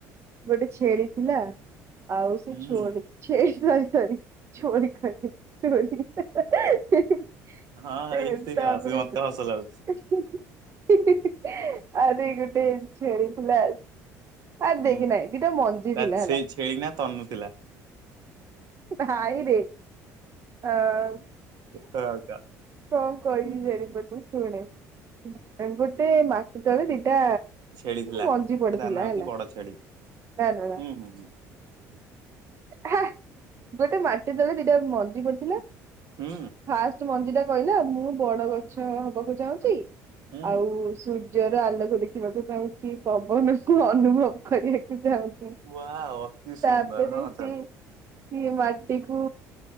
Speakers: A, on the right; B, on the right.
A: ଗୋଟେ ଛେଳି ଥିଲା ଆଉ ସେ
B: ହୁଁ
A: ଛୁଆ ଛେଳି ସରି ସାର ଚୋରି କହିଦେଲି ଚୋରି। ହିଁ ହିଁ
B: ହଁ
A: ସେ
B: ଏତିକି
A: ତାପରେ
B: ହସ ମତେ
A: ହିଁ
B: ହସ ଲାଗୁଛି।
A: ହିଁ। ହିଁ ହିଁ ହିଁ ଆରେ ଗୋ ଗୋଟେ ଛେଳିଥିଲା ଆ
B: ହୁଁ
A: ଦେଖି ନାଇଁ ଦିଟା ମଞ୍ଜି
B: ତା
A: ଥିଲା ହେଲା।
B: ସେଇ ଛେଳି ନା ତନୁ ଥିଲା।
A: ନାଇରେ ଆ
B: ହଁ କା
A: କଣ କହିବି
B: ହୁଁ
A: ଜାଣିପାରୁନି ଶୁଣେ ଗୋଟେ ମା ଦିଟା
B: ଛେଳି ଥିଲା
A: ମଞ୍ଜି ପଡିଥିଲା
B: ତା ନାଁ ହଉଛି
A: ହେଲା
B: ବଡ
A: ନା
B: ଛେଳି।
A: ନା ନା
B: ହୁଁ ହୁଁ
A: ହେ ଗୋଟେ ମାଟି ତଳେ ଦିଟା ମଞ୍ଜି ପଡ଼ିଥିଲା
B: ହୁଁ
A: ଫାଷ୍ଟ ମଞ୍ଜି ଟା କହିଲା ମୁଁ ବଡ ଗଛ ହବାକୁ ଚାହୁଁଛି
B: ହୁଁ
A: ଆଉ ଶୁ ଜର ଆଲୋକ ଦେଖିବାକୁ ଚାହୁଁଛି ପବନକୁ ଅନୁଭବ କରିବାକୁ ଚାହୁଁଛି
B: ହୁଁ ୱାଓ ଅତି ସୁନ୍ଦର
A: ତାପରେ
B: ହଁ
A: ସେ
B: ଚାଲ।
A: ସଏ ମାଟି କୁ